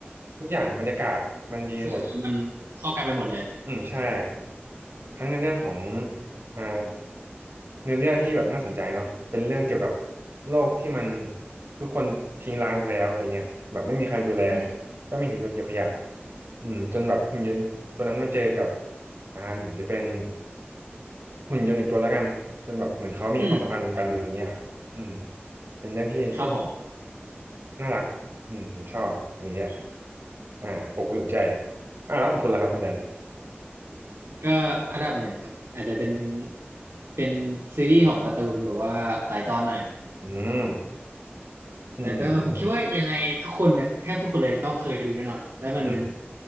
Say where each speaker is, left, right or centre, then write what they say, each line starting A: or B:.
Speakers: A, on the right; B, on the right.
A: ทุกอย่างบรรยากาศมันดีไปหมด
B: ก็คือมันเข้ากันไปหมดเลย
A: อืมใช่ ทั้งในเรื่องของอ่าเนื้อเรื่องที่แบบน่าสนใจเนาะเป็นเรื่องเกี่ยวกับโลกที่มันทุกคนทิ้งร้างไปแล้วอะไรเงี้ยแบบไม่มีใครดูแล
B: อืม
A: ก็มีหุ่นยนต์เก็บขยะอืมจนแบบหุ่นยนต์ตัวนั้นมาเจอกับอ่าเหมือนจะเป็นหุ่นยนต์อีกตัวแล้วกันจนแบบเหมือนเขามีความสัมพันธ์กันอะไรเงี้ยครับอืม
B: อืม
A: เป็นเรื่องที่
B: ครับผม
A: น่ารักอืมผมชอบตรงนี้แหละ
B: อืม
A: อ่าอบอุ่นใจอ่าแล้วของคุณล่ะครับคุณแดน
B: ก็อันดับหนึ่งครับอาจจะเป็นเป็นซีรีส์ของการ์ตูนแบบว่าหลายตอนหน่อย
A: อืมอืมอืมอืม
B: แต่ก็ผมคิดว่ายังไงทุกคนเนี่ยแทบทุกคนเลยต้องเคยดูแน่นอนและมันเป็น
A: อืม